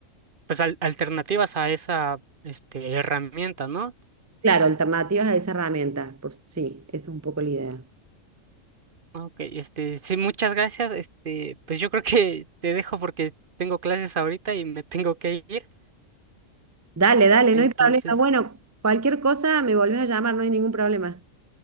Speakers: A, on the right; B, on the right.
A: pues al- alternativas a esa este herramienta, ¿no?
B: Claro, alternativas a esa herramienta, por, sí, eso es un poco la idea.
A: Ok, este, sí, muchas gracias. Este, pues yo creo que te dejo porque tengo clases ahorita y me tengo que ir.
B: Dale, dale,
A: Entonces
B: no hay problema. Bueno, cualquier cosa me volvés a llamar, no hay ningún problema.